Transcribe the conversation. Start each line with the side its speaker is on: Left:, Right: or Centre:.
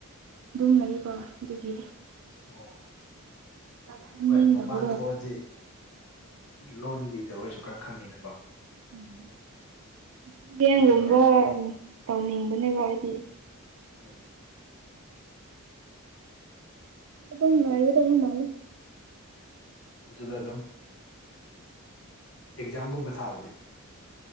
Right: ꯑꯗꯨꯨꯝ ꯂꯩꯕ ꯑꯗꯨꯒꯤ
Left: ꯑꯣ ꯑꯣ
Right: ꯆꯠꯍꯟꯅꯤꯡꯗꯕꯗꯣ
Left: ꯍꯣꯏ ꯃꯄꯥꯟ ꯊꯣꯛꯑꯗꯤ ꯂꯣꯟ ꯂꯤꯗ ꯑꯣꯏꯔꯁꯨ ꯈꯔ ꯈꯪꯉꯤꯅꯀꯣ
Right: ꯎꯝ ꯕꯦꯡꯒꯨꯝꯕ
Left: ꯑꯗꯨꯒ
Right: ꯇꯧꯅꯤꯡꯕꯅꯦꯕ
Left: ꯎꯝ
Right: ꯑꯩꯗꯤ
Left: ꯎꯝ
Right: ꯑꯗꯨꯝ ꯂꯩꯒꯗꯕ ꯃꯥꯜꯂꯤ
Left: ꯑꯗꯨꯗ ꯑꯗꯨꯝ ꯑꯦꯛꯖꯥꯝꯒꯨꯝꯕ ꯊꯥꯕꯗꯤ